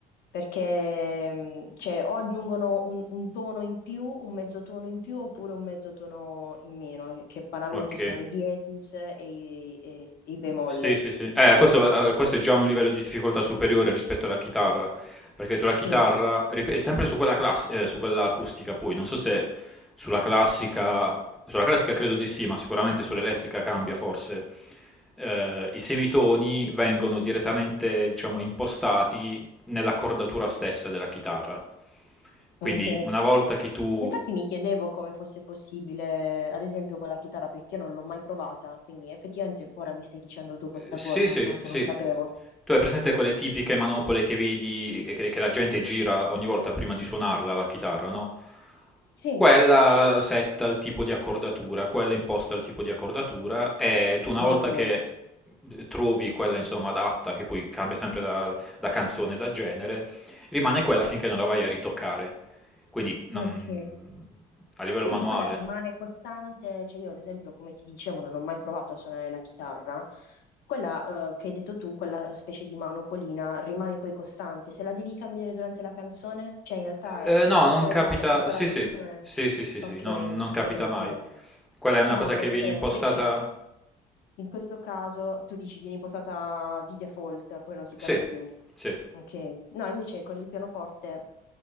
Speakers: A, on the left (about 75°); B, in the centre.
A: Perché mh, cioè, o aggiungono un, un tono in più, un mezzo tono in più, oppure un mezzo tono in meno, che banalmente
B: Ok.
A: sono i diesis e i, e- e i bemoll.
B: Sì, sì, sì. Eh, questo, eh, questo è già un livello di difficoltà superiore rispetto alla chitarra, perché sulla
A: Sì,
B: chitarra, rip- è sempre su quella, class- eh, su quella acustica poi, non so se sulla classica, sulla classica credo di sì, ma sicuramente sull'elettrica cambia forse, Eh, i semitoni vengono direttamente, diciamo, impostati nell'accordatura stessa della chitarra. Quindi
A: ok.
B: una volta che tu
A: Infatti mi chiedevo come fosse possibile, ad esempio, con la chitarra, perché non l'ho mai provata. Quindi effettivamente ora mi stai dicendo tu questa
B: Sì,
A: cosa,
B: sì,
A: no? Che
B: sì.
A: non sapevo.
B: Tu hai presente quelle tipiche manopole che vedi e che, che la gente gira ogni volta prima di suonarla la chitarra, no?
A: Sì,
B: Quella setta il tipo di accordatura, quella imposta il tipo di accordatura e tu una
A: ok.
B: volta che eh, trovi quella insomma adatta, che poi cambia sempre da, da canzone, da genere, rimane quella finché non la vai a ritoccare. Quindi non...
A: Ok.
B: a livello
A: Quindi
B: manuale.
A: quella rimane costante, cioè io ad esempio, come ti dicevo, non ho mai provato a suonare la chitarra. Quella eh, che hai detto tu, quella specie di manopolina, rimane poi costante. Se la devi cambiare durante la canzone, cioè in realtà è,
B: Eh,
A: è-
B: no,
A: è
B: non
A: quella
B: capita.
A: per tutta
B: Sì,
A: la canzone.
B: sì, sì, sì, sì,
A: Ok,
B: sì, non, non capita
A: ok,
B: mai.
A: ok.
B: Quella è una
A: No,
B: cosa
A: non
B: che
A: lo sapevo.
B: viene impostata...
A: Invece in questo caso tu dici viene impostata di default, poi non si
B: Sì,
A: cambia più.
B: sì.
A: Ok, no, invece con il pianoforte